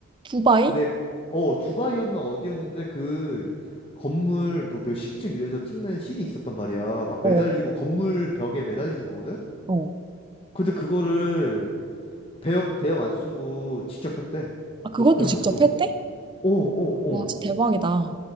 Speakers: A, on the right; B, on the left.
A: 두바이?
B: 근데 어, 두바이였나 어디였는데 그 건물 뭐 몇십 층 위에서 찍는 씬이 있었단 말이야. 막
A: 어,
B: 매달리고 건물 벽에 매달리는 거거든.
A: 어.
B: 근데 그거를 배역 대역 안 쓰고 직접 했대.
A: 아,
B: 그
A: 그것도
B: 그런
A: 직접
B: 것도.
A: 했대?
B: 어, 어, 어.
A: 와, 진짜 대박이다.